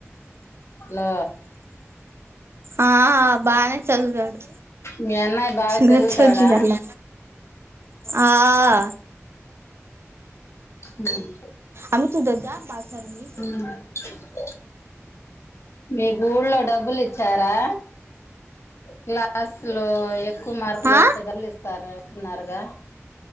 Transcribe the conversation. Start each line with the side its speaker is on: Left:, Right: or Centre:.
Left: అలో
Right: ఆహా బానే చదువుతాడు
Left: మీ అన్నయ్య బాగా
Right: గుచ్చుద్దియాల
Left: చదువుతాడా
Right: ఆఆ
Left: ఉమ్
Right: అంట్లు తుదొదా బాసన్లన్ని
Left: ఉమ్ మీరు ఊల్లో డబ్బులిచ్చారా క్లాస్ లో ఎక్కువ మార్కులొస్తే
Right: ఆ
Left: డబ్బులు ఇస్తారన్నారుగా